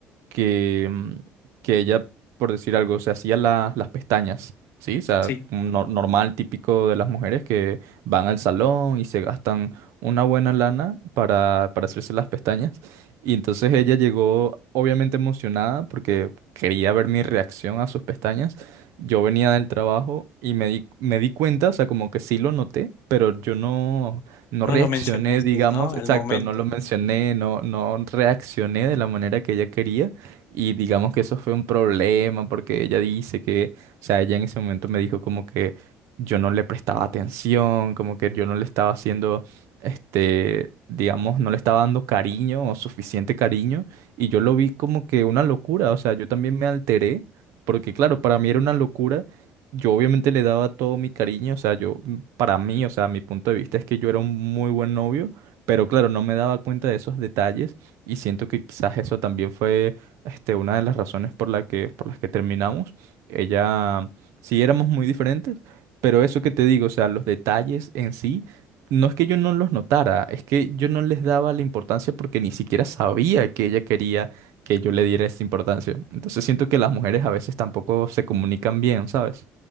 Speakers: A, on the right; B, on the left.
A: que, mm, que ella, por decir algo, se hacía la- las pestañas, ¿sí? O sea,
B: sí.
A: un nor- normal, típico de las mujeres que van al salón y se gastan una buena lana para, para hacerse las pestañas. Y entonces ella llegó obviamente emocionada porque quería ver mi reacción a sus pestañas. Yo venía del trabajo y me di, me di cuenta, o sea, como que sí lo noté, pero yo no, no
B: No
A: reaccioné,
B: lo mencionaste,
A: digamos,
B: ¿no? Al
A: exacto,
B: momento.
A: no lo mencioné, no, no reaccioné de la manera que ella quería. Y digamos que eso fue un problema porque ella dice que, o sea, ella en ese momento me dijo como que yo no le prestaba atención, como que yo no le estaba haciendo, este, digamos, no le estaba dando cariño o suficiente cariño. Y yo lo vi como que una locura, o sea, yo también me alteré porque, claro, para mí era una locura. Yo obviamente le daba todo mi cariño, o sea, yo, mm, para mí, o sea, mi punto de vista es que yo era un muy buen novio, pero claro, no me daba cuenta de esos detalles y siento que quizás eso también fue este, una de las razones por la que, por las que terminamos. Ella, sí éramos muy diferentes, pero eso que te digo, o sea, los detalles en sí, no es que yo no los notara, es que yo no les daba la importancia porque ni siquiera sabía que ella quería que yo le diera esa importancia. Entonces siento que las mujeres a veces tampoco se comunican bien, ¿sabes?